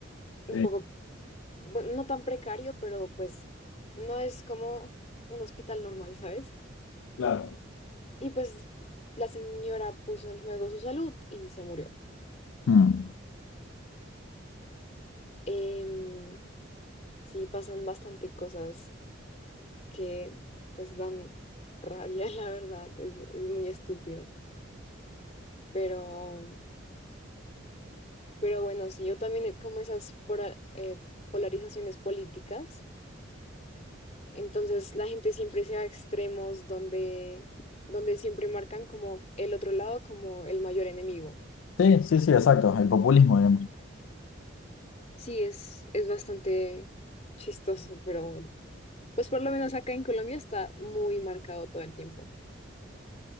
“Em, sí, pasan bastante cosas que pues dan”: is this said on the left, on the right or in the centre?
Left